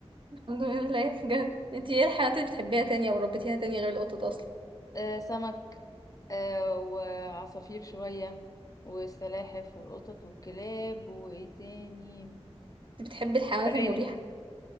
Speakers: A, on the right; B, on the left.
A: الحمد لله بجد انتي ايه الحيوانات اللي بتحبيها تاني او ربيتيها تاني غير القطط اصلا
B: <laughs> آه سمك آه وعصافير شوية والسلاحف والقطط والكلاب وايه تاني
A: انتي بتحبي الحيوانات
B: أرانب
A: المريحة